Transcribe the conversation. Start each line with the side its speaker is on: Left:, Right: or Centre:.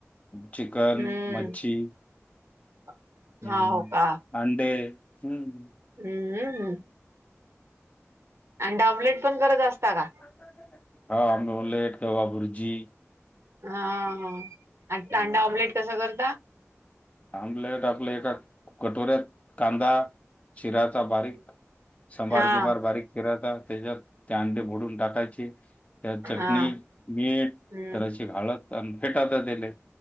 Left: चिकन,
Right: हम्म
Left: मच्छी
Right: <unintelligible>
Left: हम्म
Right: का
Left: अंडे हम्
Right: हम्म <unintelligible> अंडा
Left: <unintelligible>
Right: ऑमलेट पण करत असता का
Left: हा आमलेट किंवा भुर्जी
Right: हा हा
Left: हम्म.
Right: अंडा ऑमलेट कसा करता?
Left: आमलेट आपल्या एका कटोऱ्यात कांदा चिरायचा बारीक समार
Right: हा
Left: किमार बारीक फिराता त्याच्यात त्या अंडे फोडून टाकायचे त्यात चटणी,
Right: हा
Left: मीठ,
Right: हम्म
Left: जराशी हळद फेटाता दिले